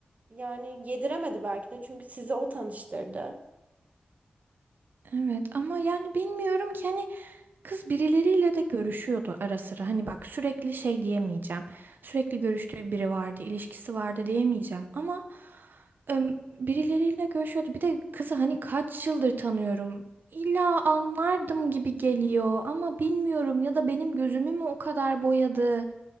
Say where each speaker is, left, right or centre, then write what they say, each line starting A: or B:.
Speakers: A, on the right; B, on the right.
A: yani yediremedi belki de çünkü sizi o tanıştırdı.
B: Evet ama yani bilmiyorum ki hani kız birileriyle de görüşüyordu ara sıra. Hani bak sürekli şey diyemeyeceğim. Sürekli görüştüğü biri vardı, ilişkisi vardı diyemeyeceğim ama em, birileriyle görüşüyordu. Bir de kızı hani kaç yıldır tanıyorum. İlla anlardım gibi geliyor ama bilmiyorum ya da benim gözümü mü o kadar boyadı?